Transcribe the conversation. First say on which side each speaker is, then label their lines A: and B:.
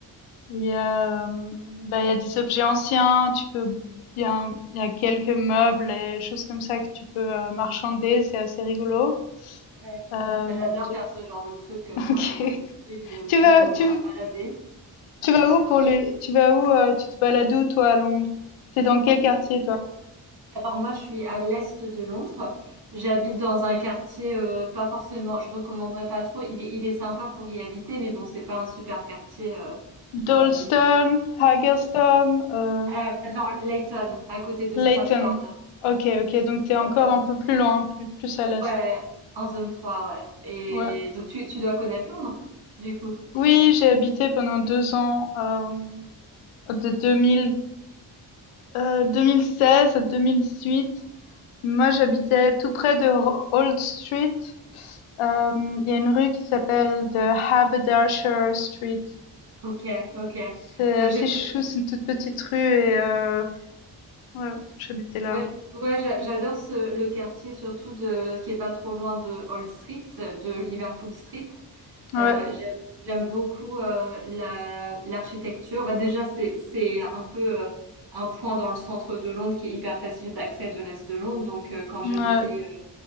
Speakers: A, on the left; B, on the right.
A: où il y a, hem, bah, il y a des objets anciens, tu peux il y a un il y a quelques meubles et choses comme ça que tu peux, heu, marchander, c'est assez rigolo.
B: Ouais.
A: Hem,
B: Ouais, J'adore
A: j'ai
B: faire ce genre de truc
A: <laughs>
B: euh, quand
A: OK.
B: je vais dans une ville, de me-
A: Tu
B: juste
A: vas
B: me
A: tu
B: ma- balader.
A: tu vas où pour les tu vas où, heu, tu te balades où toi à Londres? T'es dans quel quartier toi?
B: Alors moi, je suis à l'est de Londres. J'habite dans un quartier, euh, pas forcément, je recommanderais pas trop. Il est, il est sympa pour y habiter, mais bon, c'est pas un super quartier euh,
A: Dalston,
B: euh, niveau sécurité.
A: Haggerston, heu,
B: Euh, non, Leyton, à côté de
A: Leyton.
B: Stratford.
A: OK, OK, donc t'es
B: D'accord.
A: encore un peu plus loin, plus plus à l'est.
B: Ouais, en zone 3. ouais. Et
A: Ouais.
B: donc tu, tu dois connaître Londres, du coup.
A: Oui, j'ai habité pendant 2 ans, hem, de 2000, heu, 2016 à 2018. Moi, j'habitais tout près de Ho Old Street. Hem, il y a une rue qui s'appelle The Haberdasher Street.
B: Ok, ok.
A: C'est
B: Bah,
A: assez
B: j'aime,
A: chou, c'est une toute petite rue et heu, ouais, j'habitais là.
B: ouais, ouais, j'a- j'adore ce, le quartier surtout de, qui est pas trop loin de Old Street, de Liverpool Street.
A: Ouais,
B: Euh, j'aime, j'aime beaucoup euh, la, l'architecture. Bah, déjà, c'est, c'est un peu euh, un point dans le centre de Londres qui est hyper facile d'accès de l'Est de Londres. Donc, euh, quand j'habitais
A: ouais,
B: euh,